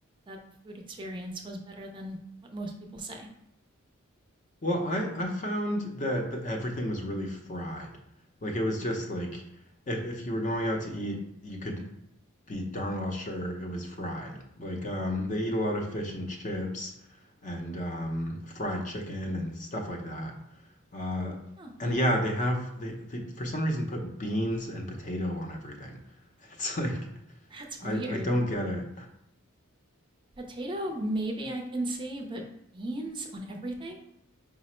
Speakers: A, on the right; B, on the left.
A: that the food experience was better than what most people say?
B: Well, I I found that, that everything was really fried. Like it was just like if if you were going out to eat, you could be darn well sure it was fried. Like um, they eat a lot of fish and chips and um, fried chicken and stuff like that. Uh,
A: Huh,
B: and yeah, they have they, they for some reason put beans and potato on everything. <laughs> It's like
A: that's
B: I
A: weird.
B: I don't get it.
A: Potato, maybe I can see, but beans on everything?